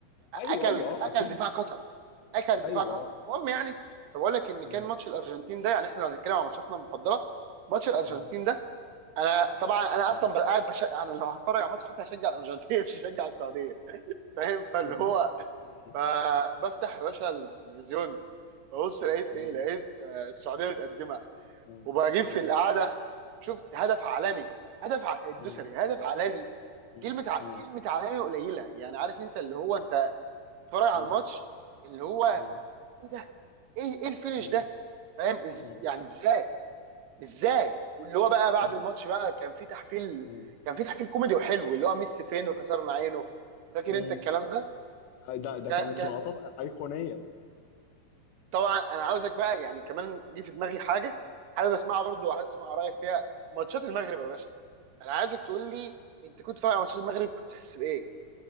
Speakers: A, on the left; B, on the right.
A: ايوه
B: اكل
A: ايوه اه
B: اكل
A: اكيد
B: دفاع قطر اكل
A: ايوه
B: دفاع قطر
A: اه
B: المهم يعني فبقول لك ان
A: مم.
B: كان ماتش الارجنتين ده يعني احنا لو هنتكلم عن ماتشاتنا المفضله ماتش الارجنتين
A: مم.
B: ده انا طبعا انا
A: مم.
B: اصلا قاعد بش... انا لو هتفرج على ماتش حتى هشجع الارجنتين <laughs> مش هشجع السعوديه <laughs> فاهم فاللي
A: مم.
B: هو
A: مم.
B: فبفتح يا باشا التلفزيون ببص لقيت
A: مم.
B: ايه لقيت آه، السعوديه متقدمه
A: مم.
B: وبجيب في
A: مم.
B: القعده شفت هدف عالمي هدف ع... الدوسري
A: مم.
B: هدف عالمي
A: مم.
B: كلمه
A: مم.
B: ع...
A: مم.
B: كلمه عالمي قليله يعني عارف انت اللي هو انت بتتفرج على
A: مم.
B: الماتش اللي هو
A: مم.
B: ايه ده ايه ايه الفينش
A: مم.
B: ده فاهم إز...
A: مم.
B: يعني ازاي ازاي واللي هو بقى بعد
A: مم.
B: الماتش بقى كان في تحفيل
A: مم.
B: كان في تحفيل كوميدي وحلو اللي هو ميسي فين وكسرنا عينه فاكر
A: مم.
B: انت الكلام ده
A: ده ده
B: ك...
A: كانت لقطات ايقونيه
B: طبعا انا عاوزك بقى يعني كمان دي في دماغي حاجه حابب اسمعها برضو وعايز اسمع رايك فيها ماتشات المغرب يا باشا انا عايزك تقول لي انت كنت فاهم على ماتشات المغرب كنت تحس بايه